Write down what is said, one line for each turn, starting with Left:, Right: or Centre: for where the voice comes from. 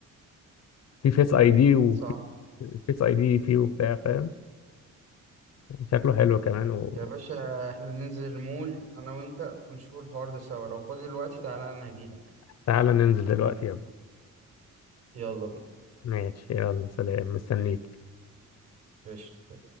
Left: <laughs> في فيس اي دي وفي
Right: صعب
Left: فيس اي دي فيه وبتاع فاهم شكله حلو كمان
Right: يا باشا احنا ننزل المول انا وانت ونشوف الحوار ده سوا لو فاضي دلوقتي تعالى انا هجيلك
Left: وتعالى ننزل دلوقتي يلا
Right: يلا بينا
Left: ماشي يلا سلام مستنيك
Right: قشطة.